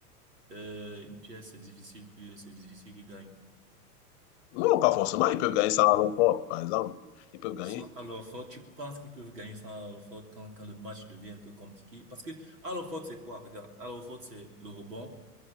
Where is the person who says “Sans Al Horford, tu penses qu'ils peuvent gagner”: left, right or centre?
Right